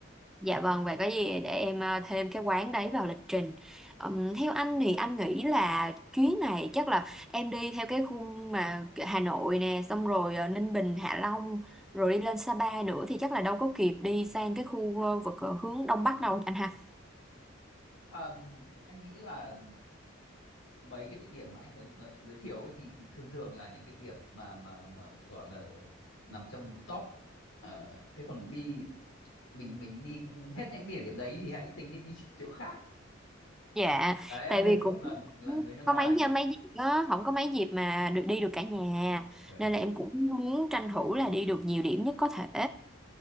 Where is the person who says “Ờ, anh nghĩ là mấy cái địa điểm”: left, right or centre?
Left